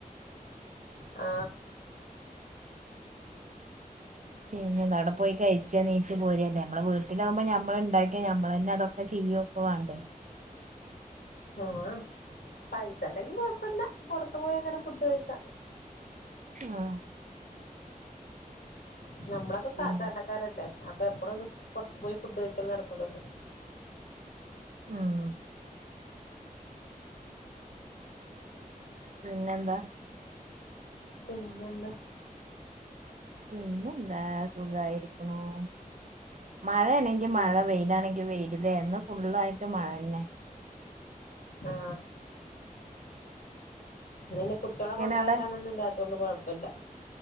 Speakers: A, on the left (about 80°); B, on the right (about 55°).
A: ആ
B: പിന്നെ നട പോയി കഴിച്ചാ നീച്ചു പോര നമ്മെ വീട്ടിലാകുമ്പോ നമ്മള ഇണ്ടാക്കിയ നമ്മൾ തന്നെ അതൊക്കെ ചെയ്യുവൊക്കെ വണ്ടേ
A: ആഹ പൈസ ഉണ്ടെങ്കി കൊഴപ്പില്ല പുൊറത്തു പോയി അങ്ങനെ ഫുഡ് കഴിക്കാം
B: ആഹ
A: നമ്മളൊക്കെ
B: പിന്നെ
A: സാധാരണക്കാരല്ലേ അപ്പൊ എപ്പോഴൊന്ന് പുൊറത്ത പോയി ഫുഡ് കഴക്കും നടക്കുന്നുല്ലോ
B: ആഹ പിന്നെ എന്താ
A: പിന്നെന്താ
B: പിന്നെ എന്താ സുഖായിരിക്കണും മഴയാണെങ്കി
A: ഉം
B: മഴ വെയിലാണെങ്കി വെയിലല്ന്ന് ഫുുള്ളായിട്ട് മഴ തന്നെ
A: ആ ഇന്നെ കുട്ടികളെ
B: എങ്ങനെ
A: കൊണ്ടായാക്കാനൊന്നും
B: അവിടെ
A: ഇല്ലാത്തൊണ്ട് കുഴപ്പമില്ല